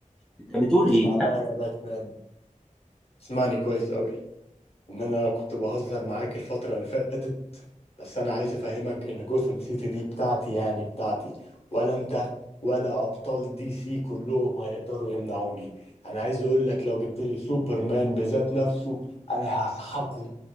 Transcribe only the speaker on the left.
اسمع
بقى يا باتمان اسمعني كويس قوي ان انا كنت بهزر معاك الفترة اللي فاتت بس انا عايز افهمك ان جوثام سيتي دي بتاعتي يعني بتاعتي ولا انت ولا ابطال دي سي كلهم هيقدروا يمنعوني انا عايز اقول لك لو جبت لي سوبرمان بذات نفسه انا هسحقه